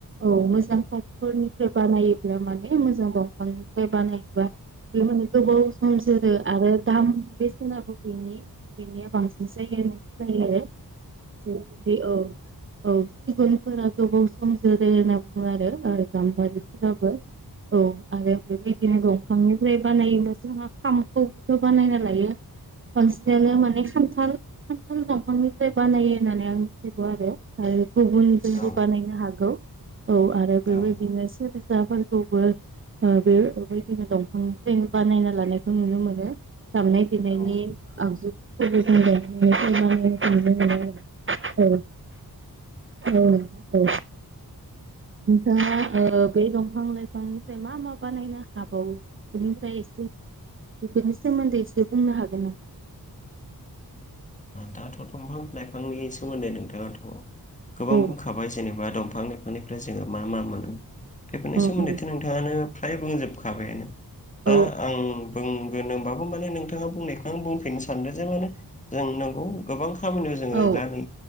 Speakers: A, on the right; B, on the left.
A: औ मोजां काटफोरनिफ्राय बानायोब्ला माने मोजां दंफांनिफ्राय बानायोबा बे माने गोबाव सम जोरो आरो दाम बेसेनाबो बेनि बेनिया बांसिन जायो होननानै खोनायो आरो जेरैबायदि औ। औ सिगुनफोरा गोबाव सम जोरो होनना बुङो आरो ओ गामारिफोराबो <inaudible> औ आरो बेबायदिनो दंफांनिफ्राय बानायोबा जोंहा खाम खौबोथ बानायना लायो बांसिनानो माने खान्थाल खान्थाल दंफांनिफ्राय बानायो होननानै आं मिथिगौ आरो गुबुनजोंबो
B: औ
A: बानायनो
B: औ
A: हागौ औ आरो
B: नंगौ।
A: बेबायदिनो सेरजाफोरखौबो ओ बे बेबायदिनो दंफांनिफ्रायनो बानायना लानायखौ नुनो मोनो दामनाय देनायनि
B: ओ
A: आगजुफोरखौबो जों दंफांनिफ्राय बानायनाय नुनो मोनो आरो औ <inaudible> औ औ नोंथाङा ओ बे दंफां लाइफांनिफ्राय मा मा बानायनो हाबावो बेनिफ्राय एसे बेफोरनि सोमोन्दै एसे बुंनो हागोन नामा
B: दाथ' दंफां लाइफांनि सोमोन्दै नोंथाङाथ गोबां
A: औ
B: बुंखाबाय जेनेबा दंफांनि निफ्राय जोङो मा मा मोनो बेफोरनि
A: औ
B: सोमोन्दैथ नोंथाङानो फ्राय बुंजोबखाबायनो दा
A: औ
B: आं बुंगोन होनबाबो माने नोंथाङा बुंनायखौ आं बुंफिननो सानदों जे माने जों नोंगौ गोबां खामानियाव जोङो
A: औ
B: दा नै